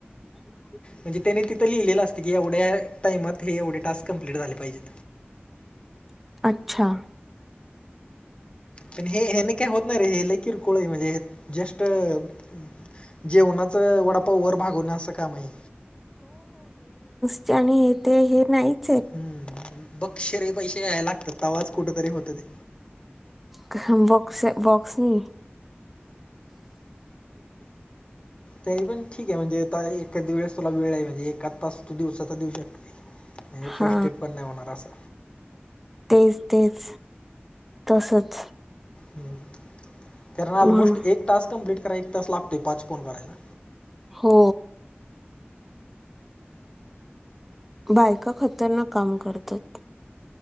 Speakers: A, in the centre; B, on the left.
A: <inaudible>
B: म्हणजे त्यानी तिथं लिहिलेलं असत की, एवढ्या टाइमात हे एवढे टास्क कंप्लीट झाले पाहिजेत.
A: अच्छा.
B: पण हे हयाने काय होत नाही रे. हे लई कीरकोळ ये. म्हणजे हे जस्ट अं जेवणाचं वडापाव वर भागवण असं काम आहे.
A: ते आणि ते हे नाहीत
B: हं. बक्क्षरे पैसे घ्याया लागतात तवाच कुठ तरी होत ते.
A: क हं, बक्स बॉक्स नाही. <inaudible>
B: तरी पण ठीक ए. म्हणजे आता एखाद वेळेस तुला वेळ आहे, म्हणजे एकाद तास तू दिवसातू देऊ शकते, म्हणजे
A: हा
B: फ्रस्टेट पण नाही होणार असा.
A: तेच तेच तसच.
B: हं, कारण ऑलमोस्ट
A: म्हणून
B: एक टास्क कमप्लीट कराय एक तास लाग ते पाच फोन करायला.
A: हो बायका खतरनाक काम करतात,